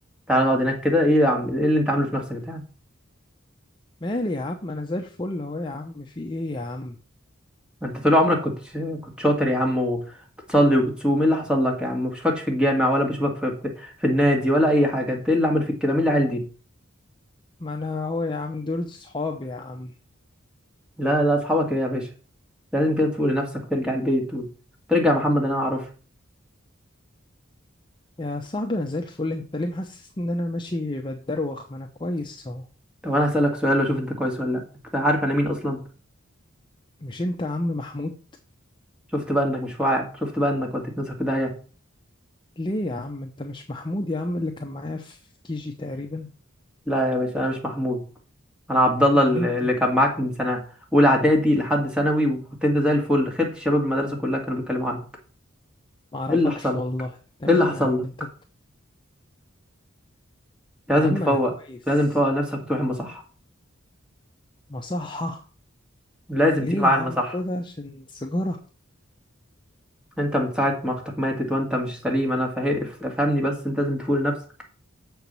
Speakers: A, in the centre; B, on the left.
A: تعالى نقعد هناك كده ايه يا عم ايه اللي انت عامله في نفسك ده يا عم
B: مالي يا عم ما انا زي الفل اهو يا عم في ايه يا عم
A: انت طول عمرك كنت كنت شاطر يا عم وبتصلي وبتصوم ايه اللي حصل لك يا عم ما بشوفكش في الجامع ولا بشوفك في في النادي ولا اي حاجه انت ايه اللي عمل فيك كده مين العيال دي
B: ما انا اهو يا عم دول صحابي يا عم
A: لا لا اصحابك ايه يا باشا ده لازم كده تفوق لنفسك وترجع البيت وترجع محمد اللي انا اعرفه
B: يا صاحبي انا زي الفل انت ليه محسس ان انا ماشي بتدروخ ما انا كويس اهو
A: طب انا هسألك سؤال واشوف انت كويس ولا لا انت عارف انا مين اصلا
B: مش انت يا عم محمود
A: شفت بقى انك مش واعي شفت بقى انك وديت نفسك في داهية
B: ليه يا عم انت مش محمود يا عم اللي كان معايا في كيجي تقريبا
A: لا يا باشا انا مش محمود انا عبد الله
B: امال
A: اللي
B: انت
A: اللي كان معاك من سنة اولى اعدادي لحد ثانوي وكنت انت زي الفل خيرت الشباب المدرسة كلها كانوا بيتكلموا عنك
B: ما اعرفكش
A: ايه اللي حصل لك
B: والله انت
A: ايه
B: مين
A: اللي حصل
B: يا عم
A: لك
B: انت
A: لازم
B: يا عم
A: تفوق
B: انا كويس
A: لازم تفوق لنفسك وتروح المصحة
B: مصحة
A: لازم
B: ليه
A: تيجي معايا
B: يا عم
A: المصحة
B: كده عشان سيجارة
A: انت من ساعة ما اختك ماتت وانت مش سليم انا فاهم- فهمني بس انت لازم تفوق لنفسك